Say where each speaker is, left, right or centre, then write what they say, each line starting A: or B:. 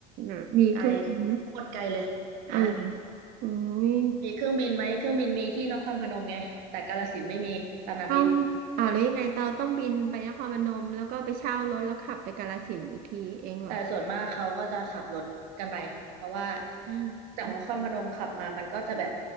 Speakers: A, on the right (about 45°); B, on the right (about 80°).
A: นะมีเครื่องบินไหม
B: ไกลโคตรไกลเลยนะ
A: อะไรออุ้ย
B: มีเครื่องบินไหมเครื่องบินมีที่นครพนมไงแต่กาฬสินธุ์ไม่มีสนามบิน
A: ต้องอ่าวแล้วยังไงเตาต้องบินไปนครพนมแล้วก็ไปเช่ารถแล้วขับไปกาฬสินธุ์อีกทีเองเหรอ
B: แต่ส่วนมากเขาก็จะขับรถกันไปเพราะว่า
A: อืมอืม
B: จากนครพนมขับมามันก็จะแบบ